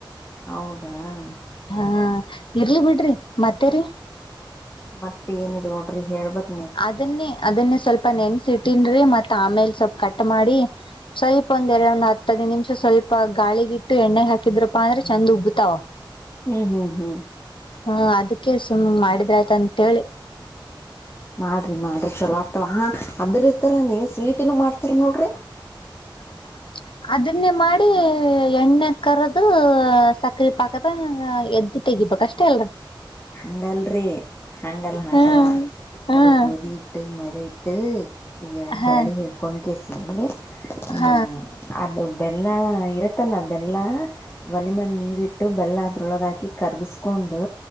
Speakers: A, on the left (about 30°); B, on the left (about 75°).
A: ಹೌದಾ! <inaudible>
B: ಹಾ, ಇರ್ಲಿ ಬಿಡ್ರಿ ಮತ್ತೇರಿ? <inaudible>
A: ಮತ್ತ, ಏನಿಲ್ಲ ನೋಡ್ರಿ ಹೇಳ್ಬೇಕು.. <inaudible>
B: ಅದನ್ನೇ, ಅದನ್ನೇ, ಸ್ವಲ್ಪ ನೆನ್ಸಿಟು... <inaudible> ತಿನ್ನುರಿ, ಮತ್ತ ಆಮೇಲೆ ಸ್ವಲ್ಪ ಕಟ್ ಮಾಡಿ! ಸ್ವಲ್ಪ ಒಂದ್, ಎರಡು, ಒಂದ್ ಹತ್ತು ಹದಿನೈದು ನಿಮಿಷ ಸ್ವಲ್ಪ ಗಾಳಿ? <inaudible> ಹಿಟ್ಟು, ಎಣ್ಣೆ ಹಾಕಿದ್ರಪ್ಪ ಅಂದ್ರೆ ಚಂದ್ ಉಬ್ಬತಾವ? <inaudible>
A: ಹ್ಮ್, ಹ್ಮ್, ಹ್ಮ್. <inaudible>
B: ಹಾ, ಅದಕ್ಕೆ ಸುಮ್ಮನೆ! ಮಾಡಿದ ಅಂತ ಹೇಳಿ? <inaudible>
A: ಮಾಡ್ರಿ, ಮಾಡ್ರಿ ಚೊಲೋ ಆಗ್ತವಾ! ಅದ್ರ ಇರ್ತಾರಾನೇ ಸ್ವೀಟ್ ಏನು ಮಾಡ್ತಾರ ನೋಡ್ರಿ? <inaudible>
B: <unintelligible> <inaudible> ಅದನ್ನೇ, ಮಾಡಿ ಎಣ್ಣೆ ಕರದು, ಸಕ್ಕರೆ ಪಾಕದ ಎದ್ದ್. <inaudible> ತೇಗಿಬೇಕು, ಅಷ್ಟೇ ಅಲ್ಲ.... <inaudible>
A: ಹಂಗಲ್ರಿ, ಹಂಗಲ್ಲ, ಹಂಗಲ್ಲ?
B: ಹ್ಮ್
A: <inaudible>
B: ಹ್ಮ್
A: ಅದು, ಗೋಧಿ ಹಿಟ್ಟು, ಮೈದ ಹಿಟ್ಟು, ಈಗ
B: ಹ
A: ಜರಡಿ ಹಿಡ್ಕೊಂಡ್ ಕೀಸ್. <inaudible> ಸರಿ, ಹ್ಮ್ಮ್,
B: ಹ
A: ಅದು.. <unintelligible> ಬೆಲ್ಲ, ಇರತ್ತಲ್ಲ ಬೆಲ್ಲ, ಒಲೆ ಮ್ಯಾಗ ನೀರಿ ಇಟ್ಟು ಬೆಲ್ಲ ಅದ್ರೊಳಗ, ಹಾಕಿ ಕರ್ಗಸ್ಕೊಂಡು. <inaudible> ಕೊಂಡು